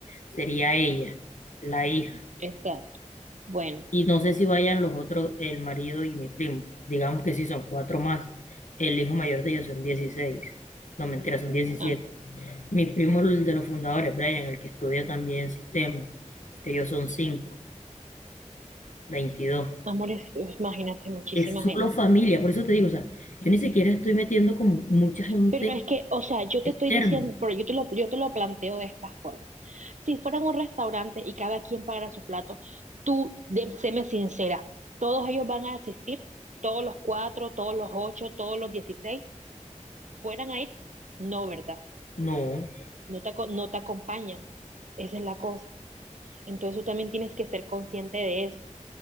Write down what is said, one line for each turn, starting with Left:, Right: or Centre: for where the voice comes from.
Left: sería ella, la hija.
Right: Exacto. Bueno,
Left: Y no sé si vayan los otros, el marido y mi primo. Digamos que sí son cuatro más. El hijo mayor de ellos son dieciséis, No, mentira, son diecisiete.
Right: ah,
Left: Mi primo, el de los fundadores, Brian, el que estudia también sistema, ellos son 5, 22.
Right: amores, imagínate muchísima
Left: es solo
Right: gente.
Left: familia, por eso te digo, o sea, yo ni siquiera estoy metiendo como mucha gente
Right: Pero es que, o sea, yo te
Left: externa.
Right: estoy diciendo, pero yo te lo, yo te lo planteo de esta forma. Si fueran un restaurante y cada quien pagara su plato, tú, de, séme sincera, ¿todos ellos van a asistir? ¿Todos los cuatro, todos los ocho, todos los dieciséis? ¿Fueran a ir? No, ¿verdad?
Left: No,
Right: No te, aco- no te acompañan. Esa es la cosa. Entonces tú también tienes que ser consciente de eso